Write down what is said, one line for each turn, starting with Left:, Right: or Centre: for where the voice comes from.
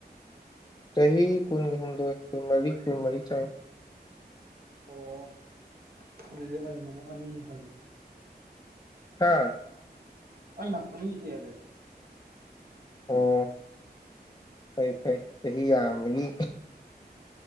Left: ꯆꯍꯤ ꯀꯨꯟ ꯍꯨꯝꯗꯣꯏ ꯀꯨꯟ ꯃꯔꯤ ꯀꯨꯟ ꯃꯔꯤ ꯆꯥ
Right: ꯑꯣ ꯑꯗꯨꯗꯤ ꯑꯩꯅ ꯑꯃꯨꯛ ꯑꯅꯤ ꯍꯜꯂꯦ
Left: ꯍꯥ
Right: ꯑꯩꯅ ꯑꯅꯤ ꯍꯦꯂꯦ
Left: ꯑꯣ ꯐꯩ ꯐꯩ ꯆꯍꯤ ꯌꯥꯝ ꯒꯅꯤ